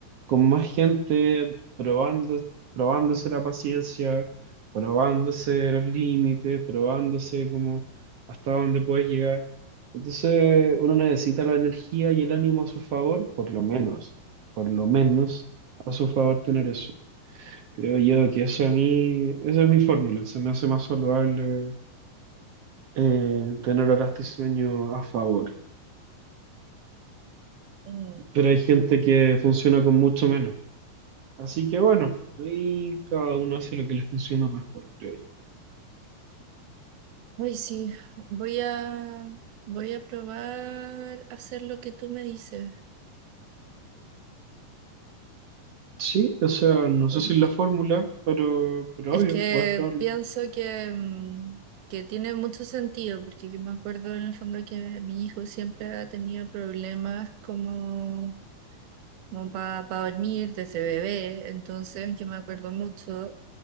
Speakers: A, on the right; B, on the right.
A: con más gente, probando, probándose la paciencia, probándose los límites, probándose como hasta dónde puedes llegar. Entonces uno necesita la energía y el ánimo a su favor, por lo menos, por lo menos a su favor tener eso. Creo yo que eso a mí, esa es mi fórmula, se me hace más saludable eh, tener horas de sueño a favor.
B: mm,
A: Pero hay gente que funciona con mucho menos. Así que bueno, ahí cada uno hace lo que le funciona mejor, creo yo.
B: ay, sí, voy a, voy a probar hacer lo que tú me dices,
A: Sí, o sea, no
B: porque
A: sé si es la fórmula, pero, pero
B: es
A: obvio,
B: que
A: puedes probarlo.
B: pienso que, mm, que tiene mucho sentido, porque yo me acuerdo en el fondo que mi hijo siempre ha tenido problemas como como para dormir desde bebé. Entonces yo me acuerdo mucho